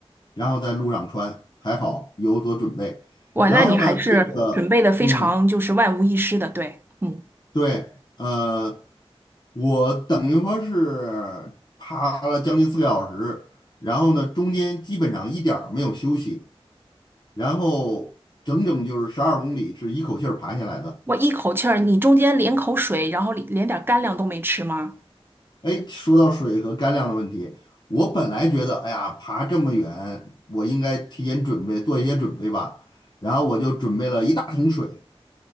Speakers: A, on the left (about 45°); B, on the right (about 20°).
A: 然后在路上穿，还好有所准备。
B: 哇，
A: 然后呢，
B: 那你还是准备的非常就是万无一失的，
A: 这个，嗯，
B: 对，嗯，
A: 对，呃，我等于说是爬了将近四个小时，然后呢，中间基本上一点儿没有休息，然后整整就是十二公里是一口气儿爬下来的。
B: 我一口气儿，你中间连口水，然后连连点儿干粮都没吃吗？
A: 哎，说到水和干粮的问题，我本来觉得，哎呀，爬这么远，我应该提前准备，做一些准备吧。然后我就准备了一大桶水。